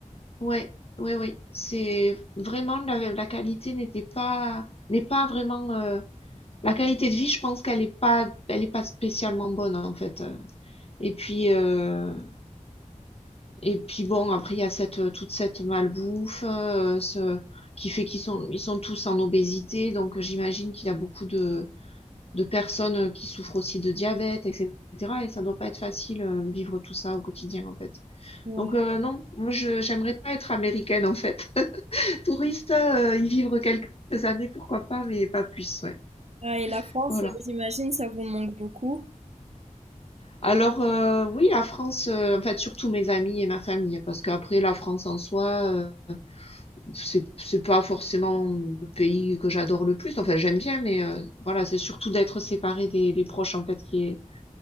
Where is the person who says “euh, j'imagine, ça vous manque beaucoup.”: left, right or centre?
Right